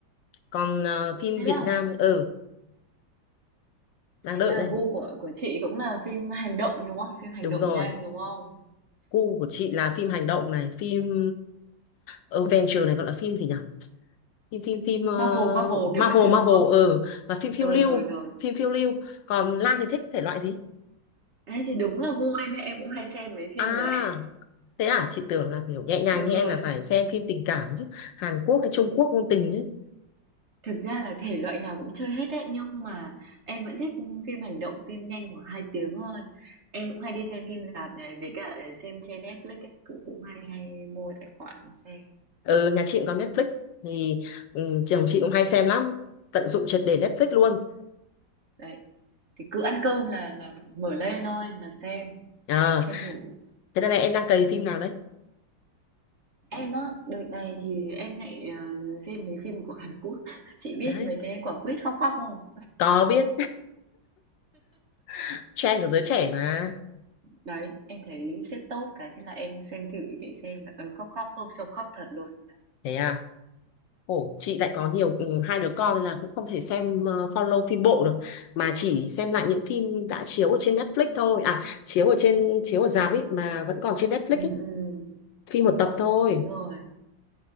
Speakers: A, on the left; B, on the right.
A: còn ờ, phim
B: thế
A: Việt
B: là
A: Nam ừ đang
B: Thế
A: đợi
B: là
A: đây
B: gu của của chị cũng là phim hành động đúng không? Phim hành
A: đúng
B: động
A: rồi
B: nhanh đúng không?
A: gu của chị là phim hành động này phim ờ, adventure này gọi là phim gì nhỉ phim phim phim ờ,
B: Marvel, Marvel kiểu
A: Marvel
B: các thứ
A: Marvel
B: đúng không?
A: ừ và phim
B: Rồi
A: phiêu lưu
B: rồi rồi.
A: phim phiêu lưu còn Lan thì thích thể loại gì
B: Ê, thì đúng là gu em em cũng hay xem mấy phim
A: à
B: đấy.
A: thế à chị tưởng là kiểu nhẹ nhàng
B: <laughs> Đúng
A: như
B: rồi.
A: em là phải xem phim tình cảm chứ Hàn Quốc hay Trung Quốc ngôn tình chứ
B: Thực ra là thể loại nào cũng chơi hết đấy nhưng mà em vẫn thích phim hành động, phim nhanh khoảng 2 tiếng thôi. Em cũng hay đi xem phim rạp này với cả xem trên Netflix ấy, cũng cũng hay hay mua tài khoản xem.
A: Ừ, nhà chị cũng có Netflix thì ừ, chồng chị cũng hay xem lắm, tận dụng triệt để Netflix luôn.
B: Đấy, thì cứ ăn cơm là là mở lên thôi là xem
A: À,
B: tranh thủ
A: thế đây này em đang cày phim nào đấy?
B: Em á, đợt này thì em lại ờ, xem mấy phim của Hàn Quốc. <laughs> Chị biết
A: Đấy,
B: mấy cái quả quýt khóc khóc không?
A: có biết <laughs> trend của giới trẻ mà.
B: Đấy, em thấy xếp top cái thế là em xem thử để xem là ờ, khóc khóc không xong khóc thật luôn. Đấy.
A: Thế à? Ồ, chị lại có nhiều ừ, hai đứa con nên là cũng không thể xem ờ, follow phim bộ được mà chỉ xem lại những phim đã chiếu ở trên Netflix thôi. À, chiếu ở trên chiếu ở rạp ấy mà vẫn còn trên Netflix
B: Ừ,
A: ấy,
B: ừ,
A: phim một tập thôi.
B: đúng rồi.